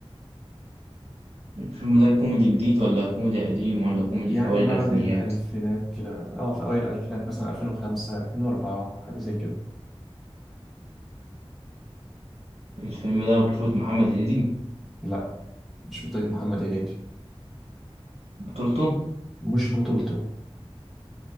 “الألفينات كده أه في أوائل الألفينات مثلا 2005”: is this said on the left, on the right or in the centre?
Centre